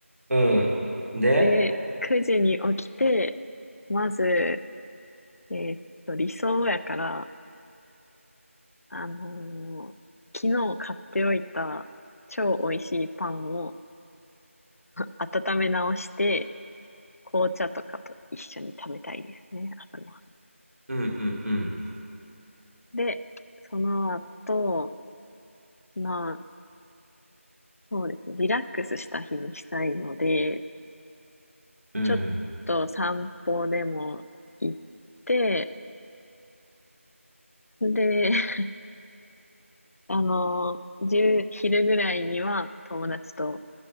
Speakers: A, on the right (about 75°); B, on the left (about 85°).
A: う。うん。で、
B: で、9時に起きて、まず、えっと、理想やから、あのー昨日買っておいた超美味しいパンを温め直して、紅茶とかと一緒に食べたいですね、朝ごは
A: うんうんうん。
B: ん。で、その後、まあ、そうですね、リラックスした日にしたいので、
A: うん。
B: ちょっと散歩でも行って、で、<laughs> あの、1昼ぐらいには友達と